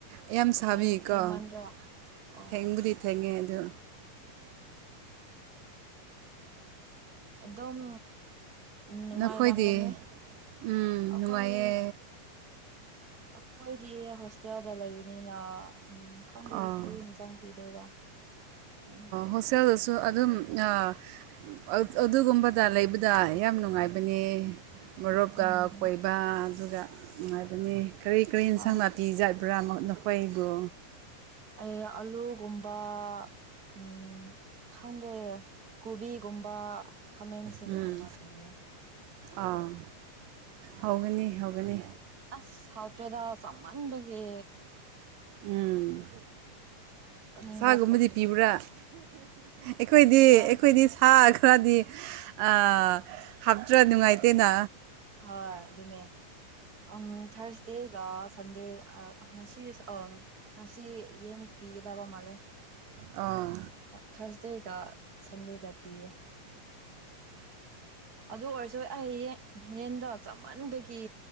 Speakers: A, on the right (about 85°); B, on the right (about 25°).
A: ꯌꯥꯝ ꯁꯥꯕꯤꯀꯣ
B: ꯊꯦꯡ ꯊꯦꯡꯃꯟꯗ꯭ꯔꯣ ꯑꯣ
A: ꯊꯦꯡꯕꯨꯗꯤ ꯊꯦꯡꯉꯦ ꯑꯗꯣ
B: ꯑꯗꯨꯝ ꯅꯨꯡꯉꯥꯏꯔꯝꯒꯅꯤ
A: ꯅꯈꯣꯏꯗꯤ ꯎꯝ
B: ꯑꯈꯣꯏ
A: ꯅꯨꯡꯉꯥꯏꯌꯦ
B: ꯑꯩꯈꯣꯏꯗꯤ ꯍꯣꯁꯇꯦꯜꯗ ꯂꯩꯕꯅꯤꯅ ꯎꯝ ꯈꯪꯗꯦ
A: ꯑꯣ
B: ꯀꯔꯤ ꯌꯦꯟꯁꯥꯡ ꯄꯤꯗꯣꯏꯔꯥ ꯃꯦꯝꯗ
A: ꯍꯣꯁꯇꯦꯜꯗꯁꯨ ꯑꯗꯨꯝ ꯅꯥ ꯑꯠ-ꯑꯗꯨꯒꯨꯝꯕꯗ ꯂꯩꯕꯗ ꯌꯥꯝ ꯅꯨꯡꯉꯥꯏꯕꯅꯦ ꯃꯔꯨꯞꯀ
B: ꯎꯝ
A: ꯀꯣꯏꯕ ꯑꯗꯨꯒ ꯅꯨꯡꯉꯥꯏꯕꯅꯦ ꯀꯔꯤ ꯀꯔꯤ ꯌꯦꯟꯁꯥꯡ
B: ꯍꯣꯏ
A: ꯅꯥꯄꯤ ꯄꯤꯖꯠꯕ꯭ꯔꯥ ꯅꯈꯣꯏꯕꯨ
B: ꯑꯩ ꯑꯥꯂꯨꯒꯨꯝꯕ ꯎꯝ ꯈꯪꯗꯦ ꯀꯣꯕꯤ ꯒꯨꯝꯕ ꯈꯥꯃꯦꯟꯁꯤꯡꯒꯨꯝꯕ
A: ꯎꯝ
B: ꯄꯤꯌꯦ
A: ꯑꯥ ꯍꯧꯒꯅꯤ ꯍꯧꯒꯅꯤ
B: ꯑꯁ ꯍꯧꯥꯎꯗ꯭ꯔꯦꯗ ꯆꯃꯥꯟꯕꯒꯦ
A: ꯎꯝ
B: ꯆꯥꯅꯤꯡꯕ
A: ꯁꯥꯒꯨꯝꯕꯗꯤ
B: ꯄꯣꯛꯇ꯭ꯔꯦ
A: ꯄꯤꯕ꯭ꯔꯥ ꯑꯩꯈꯣꯏꯗꯤ
B: ꯍꯣꯏ
A: ꯑꯩꯈꯣꯏꯗꯤ ꯊꯥ ꯈꯔꯗꯤ ꯑꯥ ꯍꯥꯞꯇ꯭ꯔ ꯅꯨꯡꯉꯥꯏꯇꯦꯅ
B: ꯍꯣꯏ ꯑꯗꯨꯅꯦ ꯎꯝ ꯊꯥꯔꯁꯗꯦꯒ ꯁꯟꯗꯦ ꯉꯁꯤ ꯑ ꯉꯁꯤ ꯌꯦꯟ ꯄꯤꯒꯗꯕ ꯃꯥꯜꯂꯦ
A: ꯑꯣ
B: ꯊꯥꯔꯁꯗꯦꯒ ꯁꯟꯗꯦꯗ ꯄꯤꯌꯦ ꯑꯗꯨ ꯑꯣꯏꯔꯁꯨ ꯑꯩ ꯌꯦꯟꯗꯣ ꯆꯃꯟꯕꯒꯤ